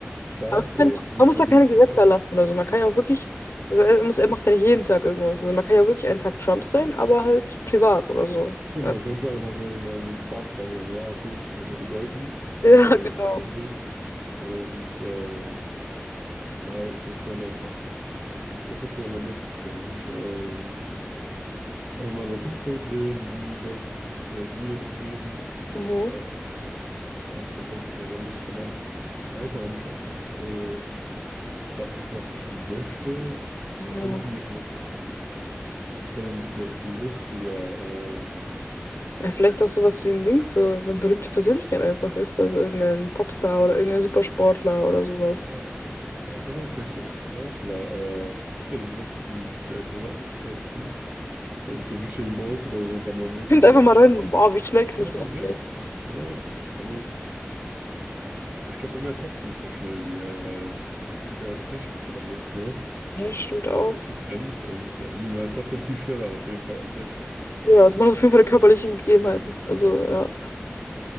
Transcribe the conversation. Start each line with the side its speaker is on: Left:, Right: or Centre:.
Right: klar,
Left: Aber ich
Right: da, du
Left: find,
Right: wirst
Left: man muss ja
Right: auf
Left: keine
Right: jeden Fall
Left: Gesetze erlassen oder so. Man kann ja auch wirklich, also er muss, er macht ja nicht jeden Tag irgendwas. Also man kann ja wirklich einen Tag Trump sein, aber halt privat oder so.
Right: Ja, man
Left: Ja,
Right: könnte einfach so mal so einen Spaßtag sagen, ja, okay, ich gehe mal heute golfen, ich
Left: <laughs>
Right: will heute
Left: Ja, genau.
Right: wieder golfen gehen. Und äh, ja, ich würde gerne einfach, das wäre schon einfach lustig, glaube ich. Ähm, einfach mal sein Umfeld sehen, wie Leute mit ihm reagieren und reden.
Left: Mhm.
Right: Äh, ja, es wäre, glaube ich, generell lustig, aber ich weiß auch nicht, ob das so das ist, was ich möchte.
Left: Ja.
Right: Ich könnte mir auch, was wäre denn vielleicht lustiger? Ähm,
Left: Ja, vielleicht auch sowas wie ein Ding, so so eine berühmte Persönlichkeit einfach, weißt du, also irgendein Popstar oder irgendein Supersportler oder sowas.
Right: Ja, äh, ah ja, genau, vielleicht so ein Sportler. Äh, das wäre lustig, um vielleicht so Sachen zu testen. Wirklich so Usain Bolt oder so und dann mal wirklich
Left: Kommt einfach mal rein. Boah, wie schnell kann
Right: einfach
Left: ich
Right: mal
Left: rappen?
Right: rennen. Genau. Also, aber ich glaube, man wäre trotzdem nicht so schnell wie er, weil das ist ja auch Technik und alles, ne?
Left: Ja, das stimmt auch.
Right: Man richtig rennt und äh, aber man wäre trotzdem viel schneller auf jeden Fall als jetzt.
Left: Ja, also man hat auf jeden Fall die körperlichen Gegebenheiten. Also, ja.